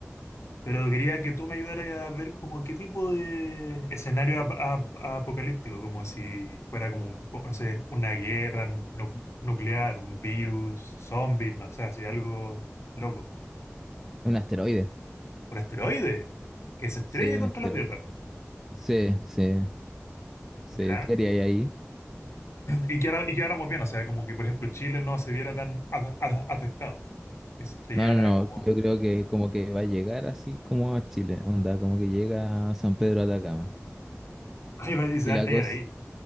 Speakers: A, on the left; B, in the centre.
A: Pero quería que tú me ayudaras a ver como qué tipo de escenario ap- ap- apocalíptico, como si fuera como, un po- no sé, una guerra nu- nuclear, un virus, zombies, no sé, así algo loco.
B: Un asteroide.
A: ¿Un asteroide que se estrelle
B: Sí, un
A: contra
B: asteroide.
A: la Tierra?
B: Sí, sí, sí.
A: ¿Ya?
B: ¿Qué haría ahí? ahí?
A: Y que ahora- y quedáramos bien, o sea, como que por ejemplo Chile no se viera tan af- af- afectado, que se estrellara
B: No, no,
A: como...
B: no. Yo creo que como que va a llegar así como a Chile. Onda, como que llega a San Pedro de Atacama.
A: Ahí va, y se
B: Y
A: va
B: la
A: a estrellar
B: cosa,
A: ahí.